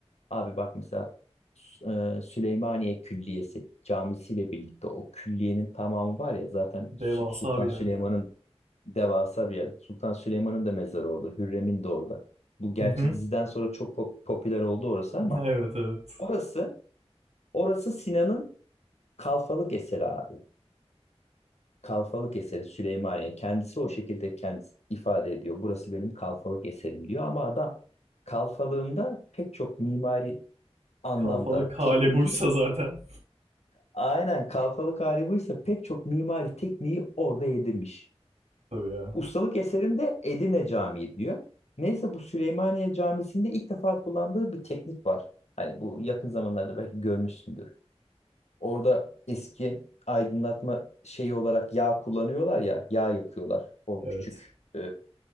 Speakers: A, on the left; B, on the right.
A: Abi bak mesela e, Süleymaniye Külliyesi camisiyle birlikte o külliyenin tamamı var ya zaten
B: Devasa
A: Sü- Sultan
B: bir yer
A: Süleyman'ın
B: ya.
A: devasa bir yer. Sultan Süleyman'ın da mezarı orada, Hürrem'in de orada. Bu gerçi
B: Hı hı.
A: diziden sonra çok pop- popüler oldu orası ama
B: <laughs> Evet evet.
A: orası Orası Sinan'ın kalfalık eseri abi. Kalfalık eseri Süleymaniye. Kendisi o şekilde kendisi ifade ediyor. Burası benim kalfalık eserim diyor ama adam kalfalığında pek çok mimari anlamda
B: Kalfalık
A: tekniği
B: hali buysa zaten.
A: aynen kalfalık hali buysa pek çok mimari tekniği orada yedirmiş.
B: Tabii ya.
A: Ustalık eserinde Edirne Camii diyor. Neyse bu Süleymaniye Camisi'nde ilk defa kullandığı bir teknik var. Hani bu yakın zamanlarda belki görmüşsündür. Orada eski aydınlatma şeyi olarak yağ kullanıyorlar ya, yağ yakıyorlar o
B: Evet.
A: küçük e,